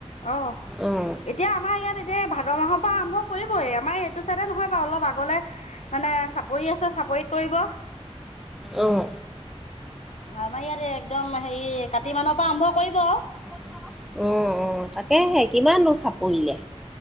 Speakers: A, on the left; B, in the centre.
A: অহ।
B: অঁ
A: এতিয়া এতিয়া আমাৰ ইয়াত এতিয়া ভাদ মাহৰ পৰা আৰম্ভ কৰিবই, আমাৰ এইটো চাইডে নহয় বাৰু অলপ আগলে। মানে চাপৰি আছে, চাপৰিত কৰিব।
B: অহ।
A: আমাৰ ইয়াত একদম হেৰি কাতি মানৰ পৰা আৰম্ভ কৰিব আৰু।
B: <inaudible> অ' অ', তাকেহে কিমান নু চাপৰিলে?